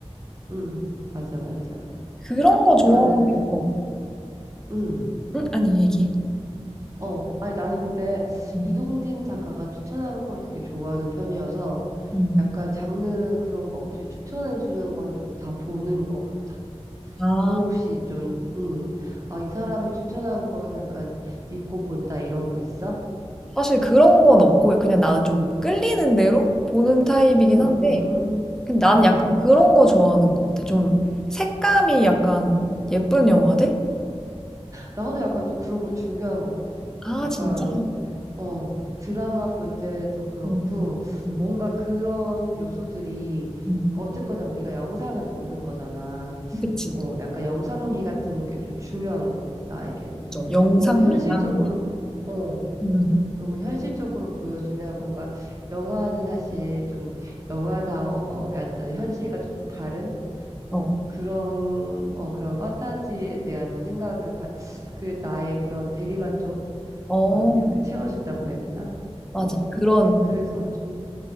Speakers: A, on the right (about 30°); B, in the centre.
A: 음, 맞아, 맞아.
B: 그런 거
A: 근데
B: 좋아하면,
A: 나는,
B: 어,
A: 응.
B: 응? 아니, 얘기.
A: 어, 아니 나는 근데
B: 음.
A: 이동진 작가가 추천한 걸 되게 좋아하는 편이어서
B: 음.
A: 약간 장르 그런 거 없이 추천해 주는 건 좀 다 보는 것 같아.
B: 아,
A: 너는 혹시 좀, 음, 아, 이 사람이 추천한 건 약간 믿고 본다 이런 거 있어?
B: 사실 그런 건 없고 그냥 나는 좀 끌리는 대로 보는 타입이긴
A: 음,
B: 한데 근데 나는
A: 음.
B: 약간 그런 거 좋아하는 것 같아. 좀 색감이 약간 예쁜 영화들?
A: 나도 약간 좀 그런 거 중요한 것 같아.
B: 아,
A: 약간,
B: 진짜?
A: 어, 드라마 볼 때도 그렇고
B: 음, 음,
A: 뭔가 그런 요소들이
B: 음.
A: 약간 어쨌거나 우리가 영상을 보는 거잖아.
B: 그치.
A: 어, 약간 영상미 같은 게 좀 중요한 것 같아, 나에게는.
B: 맞아. 영상미랑.
A: 너무 현실적으로, 보- 어,
B: 음.
A: 너무 현실적으로 보여주면 뭔가 영화는 사실 좀 영화다워야 되잖아. 현실과 조금 다른? 어,
B: 어.
A: 그런, 어, 그런 판타지에 대한 생각을, 가, 그, 나의 그런 대리만족을
B: 어,
A: 이렇게 채워준다고 해야 되나?
B: 맞아.
A: 음,
B: 그런,
A: 그래서 좀,